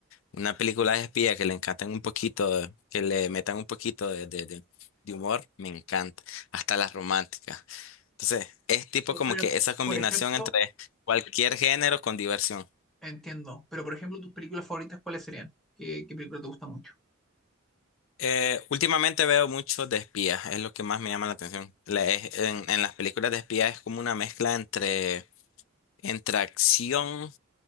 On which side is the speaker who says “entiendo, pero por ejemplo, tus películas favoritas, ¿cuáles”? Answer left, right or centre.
Centre